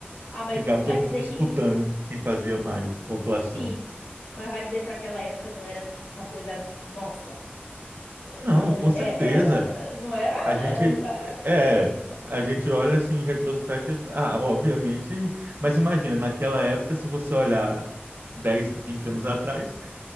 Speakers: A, on the left (about 75°); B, on the right (about 60°).
A: Ah, mas
B: Ficava
A: vai
B: todo
A: dizer
B: mundo disputando
A: que
B: quem fazia mais pontuação.
A: sim, mas vai dizer para aquela época não era uma coisa nossa. É,
B: Não,
A: né,
B: com certeza.
A: é, era, não era?
B: A gente
A: é, ah,
B: é, a gente olha assim em retrospecto, e, ah, obviamente, mas imagina, naquela época, se você olhar dez 20 anos atrás,